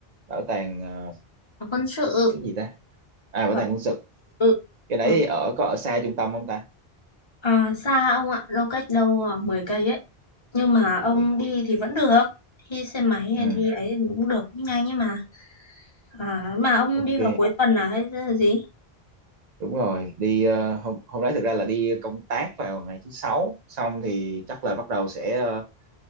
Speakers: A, on the right; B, on the left.
A: bảo tàng ờ,
B: quân sự.
A: cái gì ta à bảo
B: Ờ,
A: tàng quân sự
B: ừ,
A: cái đấy
B: ừ.
A: thì ở có ở xa trung tâm không ta
B: À, xa ông ạ, đâu cách đâu à, 10 cây ấy. Nhưng mà ông
A: ui
B: đi thì vẫn được. Đi xe máy
A: ừ
B: hay đi ấy thì cũng được, cũng nhanh ấy mà. À, mà ông
A: ok
B: đi vào cuối tuần là hay là gì?
A: đúng rồi đi ờ, hôm hôm đấy thực ra là đi công tác vào ngày thứ sáu xong thì chắc là bắt đầu sẽ ờ,